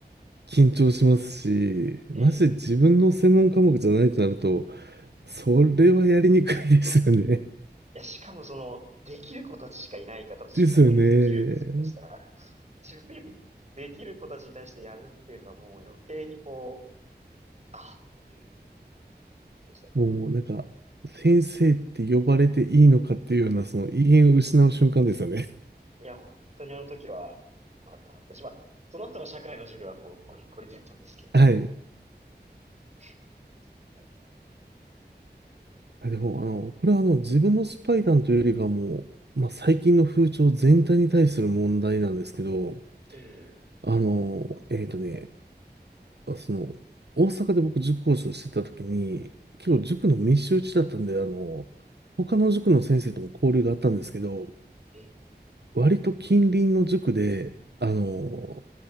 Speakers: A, on the right; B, on the right.
A: 緊張しますし、
B: ええ。
A: まして自分の専門科目じゃないとなると、それはやりにくいですよね。
B: いや、しかもその、できる子たちしかいないから、
A: <laughs>
B: 多分自分よりできるんですよ、
A: ですよね。
B: 下手したら。<laughs> 自分よりできる子たちに対してやるっていうのがもう余計にこう、あっていう感じでしたね。
A: もうなんか、先生って呼ばれていいのかっていうような、その威厳を失う瞬間ですよね。
B: いや、本当にあの時は、まあ、だったし、まあ、その後の社会の授業はもうゴリッゴリでやったんですけど。
A: <laughs> はい。
B: <laughs> ですねなんか
A: あでも、あの、これはあの、自分のスパイ談というよりかはもう、まあ、最近の風潮全体に対する問題なんですけど、
B: ええ、
A: あの、えっとね、その、大阪で僕塾講師をしてた時に、結構塾の密集地だったんで、
B: ええ、
A: あの、他の塾の先生とも交流があったんですけど、
B: ええ。
A: 割と近隣の塾で、あの、
B: え